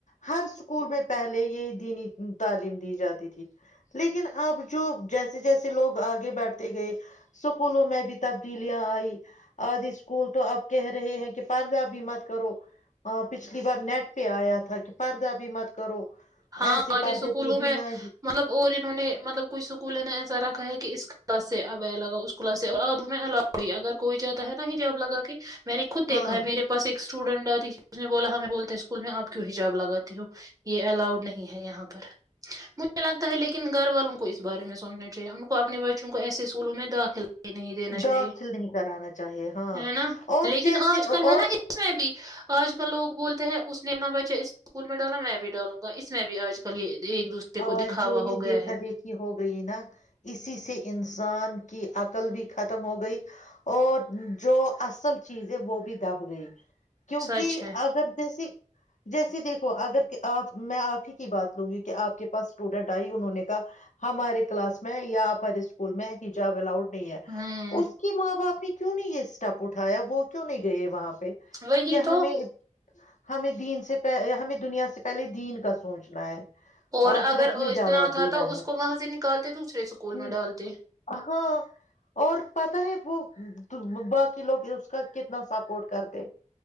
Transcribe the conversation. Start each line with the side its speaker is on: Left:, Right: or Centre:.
Left: ہر اسکول میں پہلے یہ دینی تعلیم دی جاتی تھی لیکن اب جو جیسے جیسے لوگ آگے بیٹھتے گئے اسکولوں میں بھی تبدیلیاں آئی آدھی اسکول تو اب کہہ رہے ہیں کہ پردہ بھی مت کرو پچھلی بار نیٹ پہ آیا تھا کہ پردہ بھی مت کرو
Right: ہاں
Left: ایسے
Right: اور
Left: پردے
Right: یہ اسکولوں
Left: کے
Right: میں
Left: بنا
Right: مطلب اور انہوں نے مطلب کچھ اسکول ایسا رکھا ہے کہ اس کلاس سے اب آ لگا اس کلاس سے آب میں الاڑی اگر کوئی جاتا ہے نا یہ ج آب لگا کے میں نے خود دیکھا
Left: ہاں
Right: ہے میرے پاس ایک اسٹوڈنٹ آتی اس نے بولا ہمیں بولتا اسکول میں آپ کیوں حجاب لگاتی ہو یہ الاؤڈ نہیں ہے یہاں پر مجھے لگتا ہے لیکن گھر والوں کو بارے میں سوچنااہے ان کو اپنے بچوں کو ایسے اسکولوں میں داخل نہیں دینا چاہیے
Left: داخل نہیں کرانا چاہیے ہاں
Right: ہے نا
Left: اور
Right: لیکن
Left: جیسے
Right: آج کل
Left: اور
Right: ہے نا اس میں بھی آج کل لوگ بولتے ہیں اس نم بچہ اسکول میں ڈالا میں بھی ڈالوں اس میں بھی آج کل یہ ایک دوسرے
Left: آ
Right: کو دکھاوا
Left: جو
Right: ہو
Left: یہ
Right: گیا
Left: دیکھا
Right: ہے
Left: دیکھی ہو گئی نا اسی سے انسان کی عقل بھی ختم ہو گئی اور جو اصل چیز ہے وہ بھی دب گئی کیونکہ
Right: سچ ہے
Left: اگر جیسے جیسے دیکھو اگر آپ میں آپ ہی کی بات لوں گی کہ آپ کے پاس اسٹوڈنٹ آئی انہوں نے کہا ہمارے کلاس میں یا آپارے اسکول میں ہجاب الاؤڈ ہے
Right: ہوں
Left: اس کی ماں باپ کیوں نہیں یہ اسٹپ اٹھایا وہ کیوں نہیں گئے وہاں پہ
Right: وہی
Left: کیا
Right: تو
Left: ہمیں ہمیں دین سے پ ہمیں دنیا سے پہلے دین کا سوچنا ہے
Right: اور
Left: آخرت
Right: اگر
Left: میں
Right: اتنا
Left: جواب
Right: تھا
Left: دینا
Right: تو اس
Left: ہے
Right: کو وہاں سے نکالتے دوسرے اسکول
Left: ہ
Right: میں ڈالتے
Left: ہاں اور پت ہے وہ باقی لوگ اس کا کتنا سپورٹ کرتے